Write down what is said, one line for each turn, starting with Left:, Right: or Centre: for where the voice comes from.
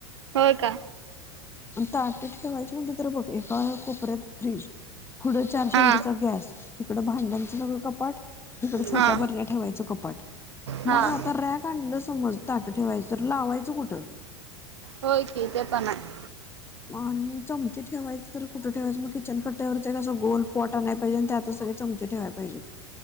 Right: होय का
Left: ताट ठेवायची म्हणटली तर बघ एका <unintelligible> कुपऱ्यात फ्रीज पुढं चार शेगडीचा
Right: हा
Left: गॅस, इकडं भांड्यांचं सगळं कपाट, इकड छोट्या
Right: हा
Left: बरण्या ठेवायचं कपाट मग
Right: हा
Left: आता रॅक आणलं समज ताट ठेवायचं, तर लावायचं कुठं?
Right: होय कि ते पण आहे
Left: आणि चमचे ठेवायच तर कुठं ठेवायच मग किचन कट्ट्यावर असं गोल पॉट आणाय पाहिजे आणि त्यातच सगळे चमचे ठेवाय पाहिजेत